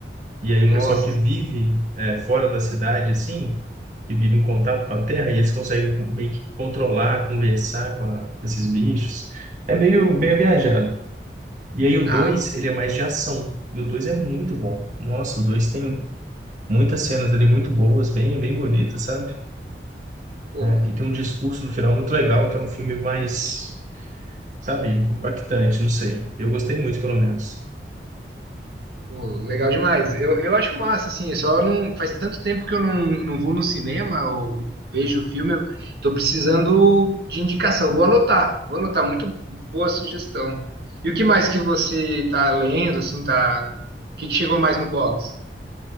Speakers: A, on the right; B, on the right.
A: E aí o
B: Nossa,
A: pessoal que vive é, fora da cidade, assim, que vive em contato com a terra, e eles conseguem co- meio que controlar, conversar com a- esses bichos. É meio bem viajado. E aí o
B: ah,
A: 2 ele é mais de ação. E o 2 é muito bom. Nossa, o 2 tem muitas cenas ali muito boas, bem, bem bonitas, sabe?
B: pô,
A: É, e tem um discurso no final muito legal, então é um filme mais, sabe, impactante, não sei. Eu gostei muito, pelo menos.
B: pô, legal demais. Eu, eu acho massa, assim, só não faz tanto tempo que eu não, não vou no cinema ou vejo filme. Eu tô precisando de indicação. Vou anotar, vou anotar. Muito boa sugestão. E o que mais que você tá lendo, assim, tá? O que que chegou mais no box?